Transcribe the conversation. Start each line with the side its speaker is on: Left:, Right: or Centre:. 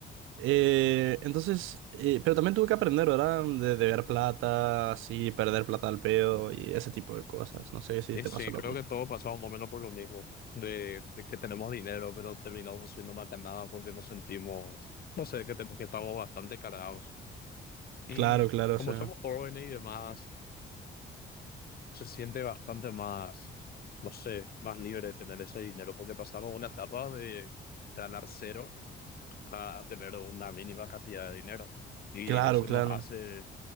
Right: Eh, entonces, eh, pero también tuve que aprender, ¿verdad? De deber plata, así, perder plata al pedo y ese tipo de cosas. No sé si
Left: Y
Right: te
Left: sí,
Right: pasó lo
Left: creo
Right: mismo.
Left: que todos pasamos más o menos por lo mismo, de, de que tenemos dinero, pero terminamos haciendo más de nada porque nos sentimos, no sé, que, te- que estamos bastante cargados. Y
Right: Claro, claro,
Left: como
Right: sí.
Left: somos jóvenes y demás, se siente bastante más, no sé, más libre tener ese dinero, porque pasamos una etapa de ganar cero a tener una mínima cantidad de dinero. Y
Right: Claro,
Left: eso
Right: claro.
Left: nos hace,